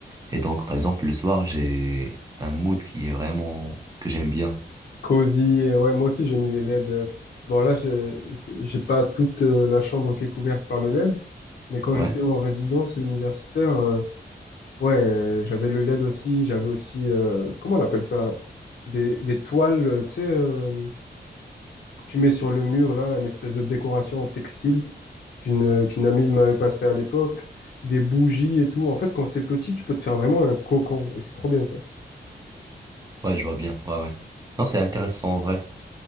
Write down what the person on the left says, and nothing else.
Cosy, euh, ouais, moi aussi j'ai mis les LED. euh, Bon là, je- c'est- j'ai pas toute euh, la chambre qui est couverte par le LED, mais quand
j'étais en résidence universitaire, euh, ouais, euh, j'avais le LED aussi, j'avais aussi, euh, comment on appelle ça? Des, des toiles, euh, tu sais, euh, que tu mets sur le mur là, une espèce de décoration en textile qu'une qu'une amie m'avait passé à l'époque, des bougies et tout. En fait, quand c'est petit, tu peux te faire vraiment un cocon, et c'est trop bien ça.